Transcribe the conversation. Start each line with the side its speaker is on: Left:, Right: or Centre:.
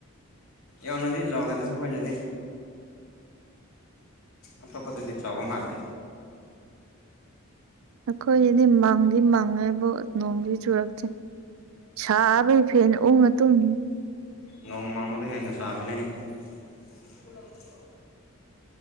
Left: ꯌꯥꯝꯅꯗꯤ ꯆꯥꯎꯗꯦꯗ ꯑꯩꯈꯣꯏꯖꯗꯦ ꯑꯇꯣꯞꯄꯠꯇꯗꯤ ꯆꯥꯎꯕ ꯃꯥꯂꯦ
Right: ꯑꯩꯈꯣꯏꯒꯤꯗꯤ ꯃꯪꯗꯤ ꯃꯪꯉꯦꯕꯨ ꯅꯣꯡꯗꯤ ꯆꯨꯔꯛꯇꯦ ꯁꯥꯕꯒꯤ ꯐꯦꯟ ꯎꯪꯉ ꯇꯨꯝꯃꯤ
Left: ꯅꯣꯡꯃꯥꯡꯃꯗ ꯍꯦꯟꯅ ꯆꯥꯕꯅꯤ ꯆꯁꯤꯒꯂ ꯑꯣꯏꯣ